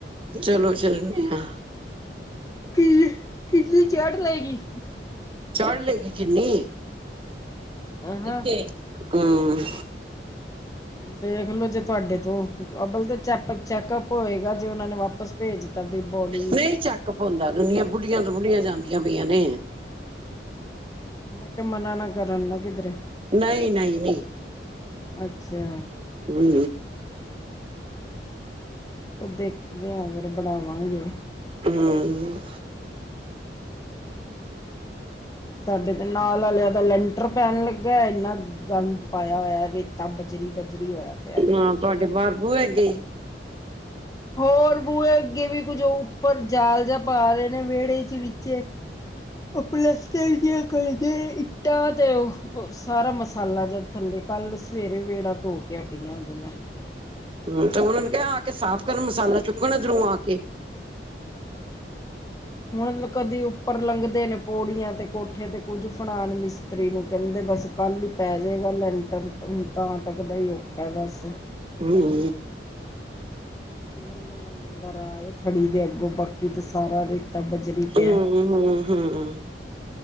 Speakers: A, on the right (about 30°); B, on the left (about 20°).
A: ਚਲੋ ਚੱਲਦੇ ਹਾਂ।
B: ਕੀ ਕਿਨੀ ਚੜ ਲਏਗੀ।
A: ਚੜ੍ਹ ਲੇਗੀ ਕਿੰਨੀ।
B: ਅਹਾਂ
A: ਕਿਤੇ ਹੂੰ।
B: ਦੇਖਲੋ ਜੇ ਤੁਹਾਡੇ ਤੋਂ। ਅਬਲ ਤੇ ਚੈਪਕ-ਚੈੱਕਅਪ ਹੋਏਗਾ ਜੇ ਉਹਨਾ ਨੇ ਵਾਪਸ ਭੇਜ ਤਾ ਵੀ ਬੋਡੀ
A: ਨਹੀਂ ਚੈੱਕਅੱਪ ਹੁੰਦਾ। ਦੁਨੀਆਂ ਬਾੜੀਆ ਤੋ ਬੁੜੀਆਂ ਜਾਂਦੀਆਂ ਪਈਆਂ ਨੇ।
B: ਮੈਂ ਕਿਹਾ ਮਨਾ ਨਾ ਕਰਨ ਨਾ ਕਿਧਰੇ,
A: ਨਹੀਂ ਨਹੀਂ ਨਹੀਂ
B: ਅੱਛਾ।
A: ਹੂੰ।
B: ਦੇਖਦੇ ਹਾਂ ਫਿਰ ਬਣਾਵਾਂਗੇ।
A: ਹੂੰ।
B: ਸਾਡੇ ਤੇ ਨਾਲ ਵਾਲਿਆ ਦਾ ਲੈਂਟਰ ਪੈਣ ਲੱਗਿਆ ਇੰਨਾ ਗੰਦ ਪਾਇਆ ਹੋਇਆ। ਰੇਤਾ, ਬਜਰੀ-ਬਜਰੀ ਹੋਇਆ ਪਿਆ।
A: ਹਾਂ ਤੁਹਾਡੇ ਬਾਹਰ ਬੁਏ ਅਗੇ ਹੀ।
B: ਹੋਰ ਬੂਹੇ ਅੱਗੇ ਵੀ ਕੁੱਝ ਉੱਪਰ ਜਾਲ ਜਾ ਪਾ ਰਹੇ ਨੇ ਵਿਹੜੇ ਚ ਵਿਚੇ ਉਹ ਪਲਸਤਰ ਜਿਹਾ ਕਰਦੇ ਇੱਟਾਂ ਤੇ ਉਹ ਸਾਰਾ ਮਸਾਲਾ ਜਿਹਾ ਥੱਲੇ ਕੱਲ ਸਵੇਰੇ ਵੇੜਾ ਧੋ ਕੇ ਹਟੀ ਆਂ ਅਜੇ ਮੈਂ
A: ਹੂੰ ਤੇ ਉਹਨਾਂ ਨੂੰ ਕਿਹਾ ਆ ਕੇ ਸਾਫ਼ ਕਰਨ ਮਸਾਲਾ ਚੁੱਕਣ ਏਧਰੋਂ ਆ ਕੇ।
B: ਹੁਣ ਕਦੀ ਉੱਪਰ ਲੰਘਦੇ ਨੇ ਪੌੜੀਆਂ ਤੇ ਕੋਠੇ ਤੇ ਕੁੱਝ ਫੜਾਉਣ ਮਿਸਤਰੀ ਨੂੰ ਕਹਿੰਦੇ ਬਸ ਕੱਲ੍ਹ ਹੀ ਪੈ ਜਾਵੇਗਾ ਲੈਂਟਰ ਹੁਣ ਤਾਂ ਤੱਕ ਦਾ ਹੀ ਔਖਾ ਬਸ।
A: ਹੂੰ।
B: ਲੰਘਣ ਲੰਘਣ ਦਾ ਰਾਹ ਏ ਥੜੀ ਦੇ ਅੱਗੋਂ ਬਾਕੀ ਤੇ ਸਾਰਾ ਰੇਤਾ ਬਜਰੀ ਪਿਆ
A: ਹੂੰ ਹੂੰ ਹੂੰ।